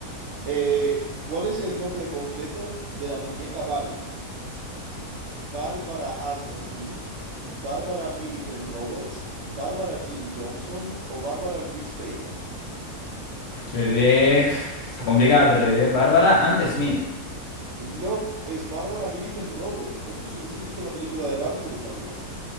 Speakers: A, on the right; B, on the left.
A: Eh, ¿cuál es el nombre completo de la muñeca Barbie? Barbara Ann Smith? Barbara Millicent Roberts? Barbara Jean Johnson? ¿O Barbara Louise Taylor?
B: Yo diré. Está complicada, pero diré Bárbara antes Smith.
A: No, es Barbara Millicent Roberts. Esto si hubieses visto la película de Barbie te lo sabrías.